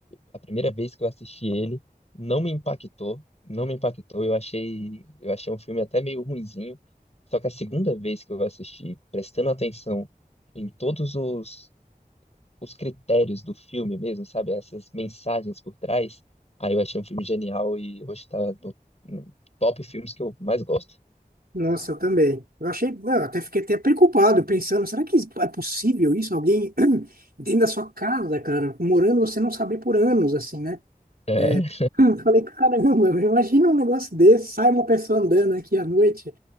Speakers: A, on the left (about 45°); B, on the right (about 75°).
A: a primeira vez que eu assisti ele, não me impactou, não me impactou. Eu achei, eu achei um filme até meio ruinzinho. Só que a segunda vez que eu assisti, prestando atenção em todos os, os critérios do filme mesmo, sabe? Essas mensagens por trás, aí eu achei um filme genial e hoje tá no, no top filmes que eu mais gosto.
B: Nossa, eu também. Eu achei, eu até fiquei até preocupado, pensando, será que é possível isso? Alguém <clears throat> dentro da sua casa, cara, morando, você não saber por anos, assim, né?
A: É,
B: <clears throat> Eu falei, caramba, <laughs> meu, imagina um negócio desse, sai uma pessoa andando aqui à noite.